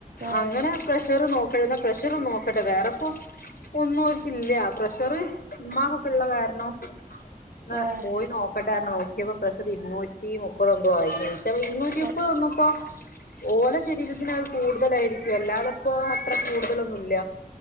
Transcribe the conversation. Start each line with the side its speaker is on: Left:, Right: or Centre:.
Right: ആഹ്
Left: അങ്ങനെ പ്രഷർ നോക്കാരുന്നാ പ്രഷർ നോക്കട്ടെ വേറെപ്പോ ഒന്നു ഓർക്കില്ല്യാ പ്രഷറ് ഉമ്മാകൊക്കൊള്ള കാരണോ ഒന്ന്
Right: ആഹ്
Left: പോയ് നോക്കണ്ടാരുന്നോ നോക്കിയപ്പം പ്രഷ്- ഇരുന്നൂറ്റി മുപ്പതൊന്തോ ആയി ഇരുന്നൂറ്റി മുപ്പത്
Right: ആഹ്
Left: യിന്നപ്പോ ഓല ശരീരത്തിന് അത് കൂടുതലായിരിക്കും അല്ലാതിപ്പോ അത്ര കൂടുതലൊന്നൂല്ല